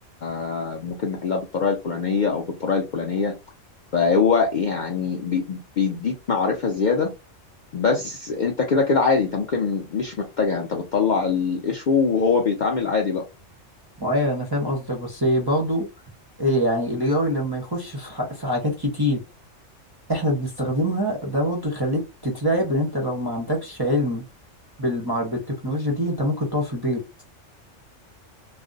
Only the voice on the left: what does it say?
فممكن نحلها بالطريقه الفلانيه او بالطريقه الفلانيه فهو يعني بي- بيديك معرفه زياده بس انت كده كده عادي انت ممكن مش محتاجها انت بتطلع الايشو وهو بيتعامل عادي بقى